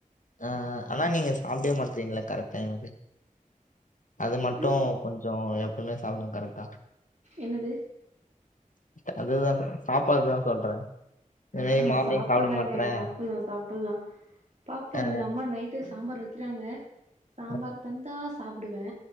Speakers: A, on the left; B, on the right.
A: ஆஹ் ஆஹ் ஆனா நீங்க சாப்டவே மாட்றீங்களா கரெக்ட் டைமுக்கு அது மட்டு
B: ம்
A: கொஞ்சோ எப்பவுமே சாப்டுங்க கரெக்டா
B: என்னது
A: ச் அதுதா சாப்பாடுதா சொல்றே இந்த
B: ஆஹ்
A: மாரி மார்னிங்
B: சாப்லாங்க
A: சாப்ட மாட்றே
B: சாப்லா சாப்லா பாப்போ
A: ஆ
B: எங்க அம்மா நைட்டே ச சாம்பார் வைக்கிறாங்க சாம்பார்
A: ஆ
B: தந்தா சாப்டுவே